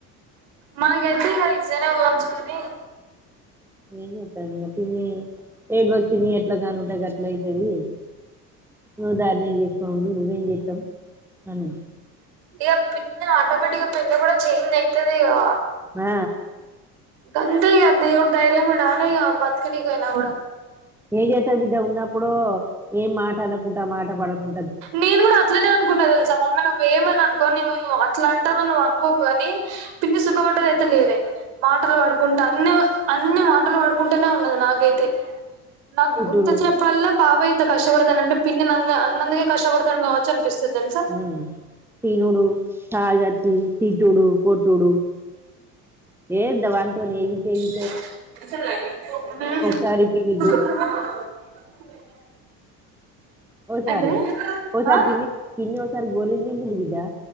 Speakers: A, on the right (about 60°); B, in the centre.
A: మనకైతే ఇగ జరమొచ్చింది
B: ఏడ్వక్ పిన్ని చెతా ఎట్లా కానుంటే అట్ల ఐతది నువ్వు ధారుణ చేసుకో నుండు నువ్వం చేస్తాం నన్నా
A: ఇగ పిన్న ఆటోమేటిక్గా పిన్ని కుడా చేంజ్ ఐతదిగా
B: మే
A: అంతే ఇగ దేవుడు దైర్యంమీడా తేగా బత్కనీకి ఐనా గూడా
B: ఎంజేత్త బిడ్డ ఉన్నప్పుడు ఏం మాట అనుకుంటా మాట పడుకుం
A: నేను గూడా అట్లనే అనుకున్నా తెలుసా మమ్మీ నువ్వు ఏమైనా అనుకో పోని నువ్వు అట్ల అంటావు అని నువ్వు అనుకోకుగాని పిన్ని సుఖబడ్డదైతే లేదే. పాటల్ పాడుకుం టన్ను అన్ని మాటలుబడు ఉంటనే ఉన్నది నాక్ ఐతే నాకు
B: తిట్టుడు
A: గుర్తచ్చినప్పుడల్లా పాపం ఇంత కష్టపడతెనన్న పిన్ని నిన్న అన్నందుకే కష్టభడతం కావచ్చు అనిపిస్తది. తెలుసా
B: ఉమ్ తినుడు తాగచ్చి తిట్టుడు కొట్టుడు ఏంద్ వాంతొని ఎగిచ్చి ఎగి
A: <unintelligible>
B: ఒకసారి పిన్ని గో ఒ సారి
A: ఏంటిది
B: ఒ సారి
A: ఆ
B: పిన్ని పిన్ని వొ సర్ గోలిల్ మింగింది బిడ్డా